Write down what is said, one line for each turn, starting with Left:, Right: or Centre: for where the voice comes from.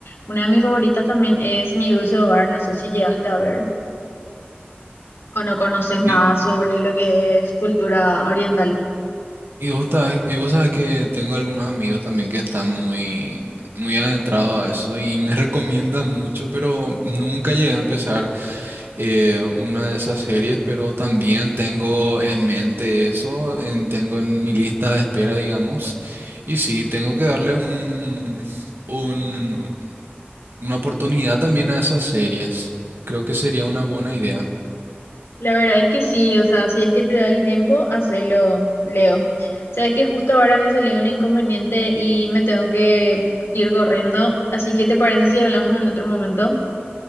Left: Una de mis favoritas también es Mi Dulce Hogar, no sé si llegaste a ver o no conoces nada
Right: Y,
Left: sobre lo que es cultura oriental.
Right: y vos, sabés- y vos sabés que tengo algunos amigos también que están muy, muy adentrados a eso y me <laughs> recomiendan mucho, pero nunca llegué a empezar. eh, una de esas series, pero también tengo en mente eso, en- tengo en mi lista de espera, digamos, y sí, tengo que darle un, un- una oportunidad también a esas series. Creo que sería una buena idea.
Left: La verdad es que sí, o sea, si es que te da el tiempo, hacelo, Leo. Sabes que justo ahora me salió un inconveniente y me tengo que ir corriendo, así que ¿te parece si hablamos en otro momento?